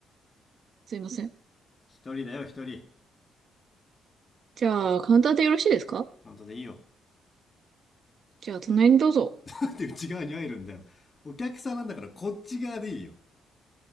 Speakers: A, on the right; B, on the left.
A: すいません。
B: 一人だよ、一人。
A: じゃあ、カウンターでよろしいですか
B: ちゃんとでいいよ。
A: じゃあ、隣にどうぞ。
B: って内側に入るんだよ。お客さんなんだからこっち側でいいよ。